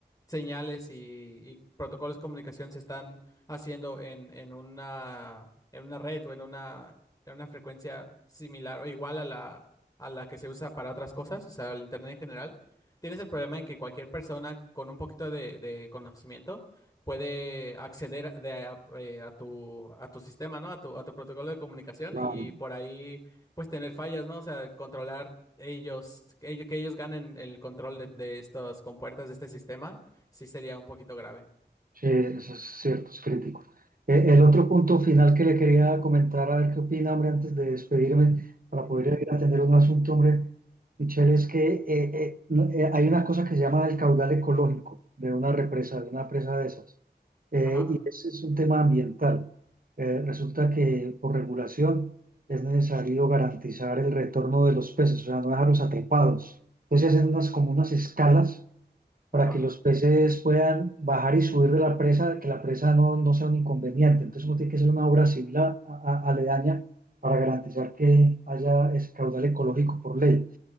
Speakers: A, on the left (about 20°); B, on the right (about 55°).
A: señales y, y protocolos de comunicación se están haciendo en, en una, en una red o en una, en una frecuencia similar o igual a la, a la que se usa para otras cosas, o sea, el internet en general Tienes el problema en que cualquier persona con un poquito de, de conocimiento puede acceder de a, eh, a tu, a tu sistema, ¿no? A tu, a tu protocolo de comunicación
B: Claro.
A: y por ahí pues tener fallas, ¿no? O sea, controlar ellos, que ellos, que ellos ganen el control de, de estas compuertas de este sistema, sí sería un poquito grave.
B: Sí, eso es cierto, es crítico. E- El otro punto final que le quería comentar, a ver qué opina, hombre, antes de despedirme, para
A: Ujú,
B: poder
A: ujú.
B: ir a atender un asunto, hombre, Michelle, es que eh, eh, no- eh, hay una cosa que se llama el caudal ecológico de una represa, de una presa de esas, Eh,
A: Ajá,
B: y ese es un tema ambiental. Eh, resulta que por regulación es necesario garantizar el retorno de los peces, o sea, no dejarlos atrapados. Entonces hacen unas, como unas escalas para
A: ajá,
B: que los peces puedan bajar y subir de la presa, que la presa no, no sea un inconveniente. Entonces, uno tiene que hacer una obra civil a- a- aledaña para garantizar que haya ese caudal ecológico por ley.